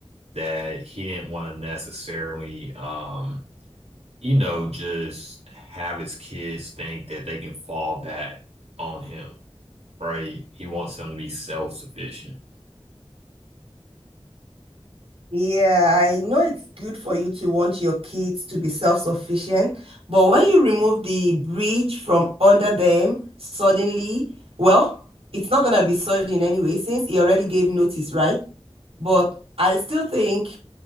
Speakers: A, on the right; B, on the right.
A: that he didn't want to necessarily, um, you know, just have his kids think that they can fall back on him, right? He wants them to be self-sufficient.
B: Yeah, I know it's good for you to want your kids to be self-sufficient, but when you remove the bridge from under them suddenly, well, it's not gonna be sudden anyway, since he already gave notice, right? But I still think